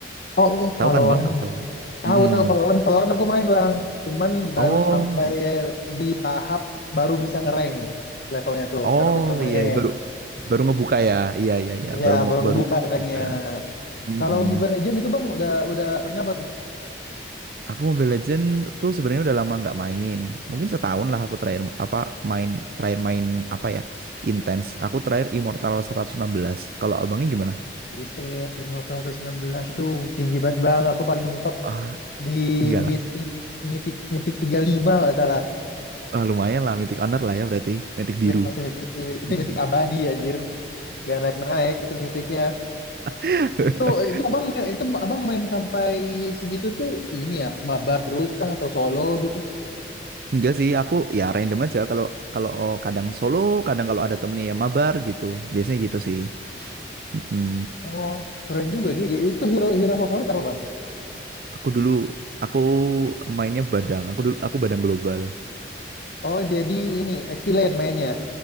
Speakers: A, on the left (about 55°); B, on the right (about 55°).
A: Oh, oh,
B: Tahu
A: Valorant.
B: kan, Bang, Valorant?
A: Tahu
B: Mm-mm.
A: tahu Valorant, Valorant aku main bang. Cuman baru
B: Oh.
A: sampai di tahap baru bisa ngerank levelnya tuh.
B: Oh,
A: Karena aku jarang main.
B: iya iya. baru baru ngebuka ya. Iya iya iya,
A: Iya
B: baru mau
A: baru ngebuka
B: baru
A: ranknya.
B: buka. Mm-mm.
A: Kalau Mobile Legends itu bang udah udah rank apa tuh?
B: Aku Mobile Legend tuh sebenarnya udah lama nggak main. Mungkin setahun lah aku terakhir apa main terakhir main apa ya? Intens. Aku terakhir Immortal 116. Kalau abangnya gimana?
A: Buset, 516 itu tinggi banget bang. Aku paling top
B: Ah,
A: di
B: enggak
A: mitik mitik mitik 35 nggak salah
B: Ah, lumayan lah, Mythic Honor lah ya berarti, Mythic biru.
A: ya masih mitik itu
B: Mm.
A: mitik abadi anjir nggak naik naik itu mitiknya
B: <laughs>
A: itu itu abang main, itu abang main sampai segitu tuh ini ya mabar terus kah atau solo gitu
B: Enggak sih, aku ya random aja kalau kalau oh, kadang solo, kadang kalau ada temennya yang mabar gitu. Biasanya gitu sih. Mm-mm.
A: oh keren juga Gigi itu hero hero favorit apa bang
B: Aku dulu aku mainnya badang. Aku dulu aku badang global.
A: oh jadi ini XP lane mainnya